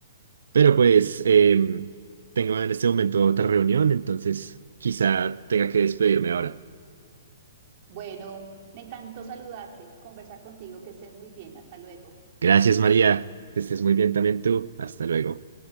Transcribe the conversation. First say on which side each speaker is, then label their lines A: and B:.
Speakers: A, on the right; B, on the right.
A: pero pues em, tengo en este momento otra reunión, entonces quizá tenga que despedirme ahora.
B: Bueno, me encantó saludarte, conversar contigo, que estés muy bien, hasta luego.
A: Gracias, María. Que estés muy bien también tú. Hasta luego.